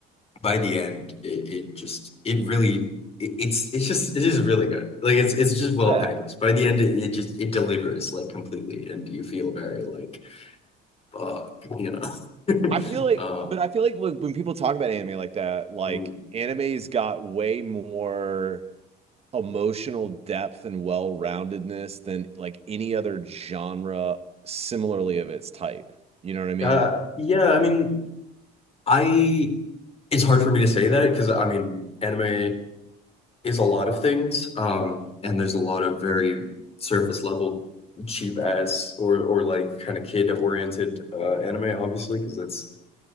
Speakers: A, on the left; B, on the right.
A: by the end, it, it just it really it, it's it's just it is really good. Like it's it's just well
B: Yeah.
A: packaged. By the end, it, it just it delivers like completely, and you feel very like fuck, you know.
B: I feel
A: <laughs>
B: like
A: um,
B: but I feel like like, when people talk about anime like that, like
A: mm.
B: anime's got way more emotional depth and well-roundedness than like any other genre similarly of its type. You know what I mean?
A: uh, yeah, I mean, I it's hard for me to say that because I mean, anime is a lot of things, um, and there's a lot of very surface level cheap ass or or like kind of kid oriented uh, anime, obviously, because that's